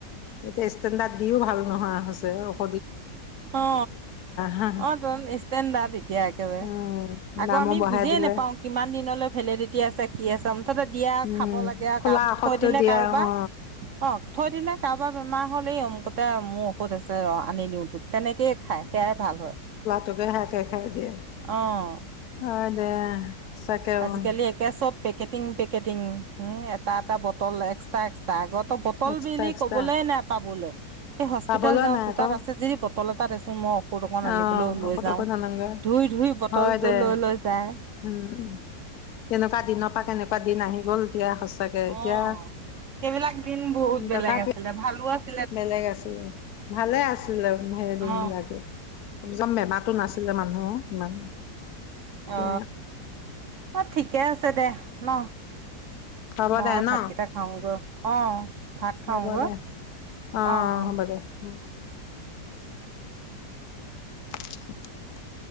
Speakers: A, on the left; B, on the right.
A: এতিয়া ষ্টেডাৰ। দিও ভাল নহয় হৈছে অ।
B: অ
A: হা
B: অ ত ষ্টেণদাৰ্ত এতিয়া একেবাৰে
A: অ
B: আকৌ
A: দামো
B: আমি
A: বঢ়াই
B: বুজিয়ে
A: দিলে
B: নাপাও কিমান দিনলৈ ভেলেডিটি আছে কি আছে। হঠাতে দিয়া
A: উম
B: খাব লাগে আৰু
A: খোলা
B: কাৰ
A: ঔষধটো
B: থৈ দিলে
A: দিয়ে
B: কাৰোবাৰ
A: অ
B: অ থৈ দিলে কাৰোবাৰ বেমাৰ হ'ল এই অমকুতে মোৰ ঔষধ আছে আ আনি দিওঁ তোক তেনেকেই খাই সেয়াই ভাল হয়।
A: টোকে খাই তাকে খাই দিয়ে
B: অ
A: হয় দে। সঁচাকে
B: আজিকালি
A: অ',
B: একে চব পেকেটিং পেকেটিং। উম এটা এটা বটল এক্স টা এক্সটা আগত ত বটল
A: এক্সট্ৰা
B: বিলি
A: এক্সট্ৰা।
B: কবলে নাই পাবলে। এই হস্পিতেল
A: পাবলৈ
B: যাওঁ
A: নাই
B: তো
A: আকৌ
B: তাত আছে যদি ব তল এটা দেচোন ম পৌত অকণ আনিবলো
A: অ',
B: লৈ
A: ঔষধকো
B: যাওঁ,
A: নানাগে।
B: ধুই ধুই বটলটো
A: হয় দে
B: লৈ লৈ যায়।
A: উম, কেনেকুৱা দিনৰ পৰা কেনেকুৱা দিন আহি <unintelligible> এতিয়া
B: অ সেইবিলাক দিন বহুত বেলেগ
A: তথাপি
B: আছিলে ভালো আছিল
A: বেলেগ আছিলে ভালে আছিলে সেই দিন
B: অ
A: বিলাকে কম চম বেমাৰ তাতো নাছিলে মানুহ ইমান এতিয়া
B: অ অ ঠিকে আছে দে ন
A: হ'ব
B: মই
A: দে ন?
B: ভাতকেইটা খাওঁগৈ অঁ ভাত খাওঁগৈ
A: হ'ব দে অ', অ',
B: অঁ অঁ
A: হ'ব দে উম <unintelligible>